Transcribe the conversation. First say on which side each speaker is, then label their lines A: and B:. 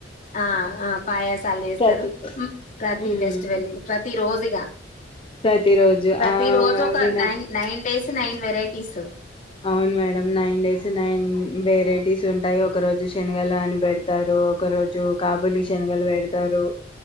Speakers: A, on the left; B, on the left.
A: ఆ ఆ పాయసాలు చేస్తారు
B: ప్రతి
A: ము ప్రతి
B: ఉమ్
A: ఫెస్టివల్ ప్రతి రోజు ఈగా
B: ప్రతి రోజు
A: ప్రతి
B: ఆ
A: రోజు ఒక
B: Vinayaka
A: nine nine days nine varieties
B: అవును madam nine days nine varieties ఉంటాయి ఒక రోజు శనగలు అని పెడతారు ఒక రోజు కాబూలి శనగలు పెడతారు